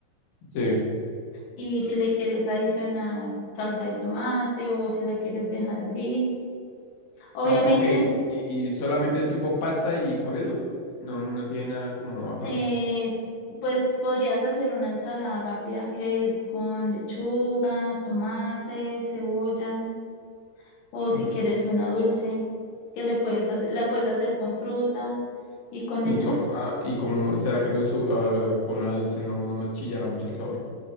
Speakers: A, on the left; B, on the left.
A: Sí.
B: Y si le quieres adicionar salsa de tomate o si la quieres dejar así, obviamente.
A: Ah, ok, y y solamente es tipo pasta y con eso no, no tiene nada como aparte.
B: eh, pues podrías hacer una ensalada rápida que es con lechuga, tomate, cebolla, o si
A: Mm.
B: quieres una dulce, que le puedes hacer, la puedes hacer con fruta y con
A: Y
B: lechuga.
A: como, ah, y como será que no su- ah, con una dulce no, no chillará mucho el sabor.